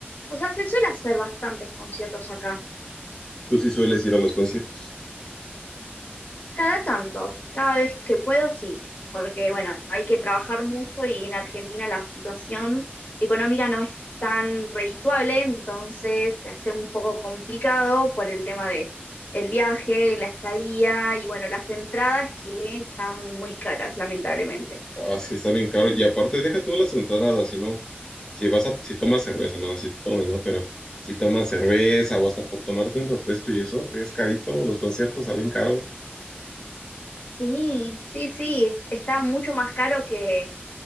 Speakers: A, on the left (about 45°); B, on the left (about 20°).
A: O sea, se suele hacer bastantes conciertos acá.
B: Tú sí sueles ir a los conciertos.
A: Cada tanto, cada vez que puedo, sí, porque bueno, hay que trabajar mucho y en Argentina la situación económica no es tan redituable, entonces se hace un poco complicado por el tema de el viaje, la estadía y bueno, las entradas que están muy caras, lamentablemente.
B: Así está bien caro. Y aparte, deja tú las entradas, si no, si vas a, si tomas cerveza, no, si te tomes, ¿no? Pero si tomas cerveza o hasta por tomarte un refresco y eso, es carito, los conciertos salen caros.
A: Sí, sí, sí, es- está mucho más caro que